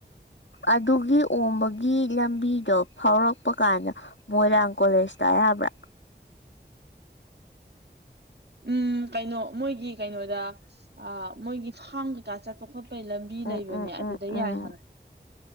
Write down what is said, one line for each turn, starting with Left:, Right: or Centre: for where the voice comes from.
Left: ꯑꯗꯨꯒꯤ ꯑꯣꯝꯕꯒꯤ ꯂꯝꯕꯤꯗꯣ ꯐꯥꯎꯔꯛꯄ ꯀꯥꯟꯗ ꯃꯣꯏꯔꯥꯡ ꯀꯣꯂꯦꯖ ꯇꯥ ꯌꯕ꯭ꯔꯥ
Right: ꯎꯝ ꯀꯩꯅꯣ ꯃꯣꯏꯒꯤ ꯀꯩꯅꯣꯗ ꯑ ꯃꯣꯏꯒꯤ ꯐꯥꯝ ꯀꯩꯀꯥ ꯆꯠꯄ ꯈꯣꯠ ꯄꯩ ꯂꯝꯕꯤ
Left: ꯎꯝ
Right: ꯂꯩꯕꯅꯦ
Left: ꯎꯝ
Right: ꯑꯗꯨꯗ
Left: ꯎꯝ ꯎꯝ
Right: ꯌꯥꯏ ꯍꯥꯏꯕꯅ‌ꯦ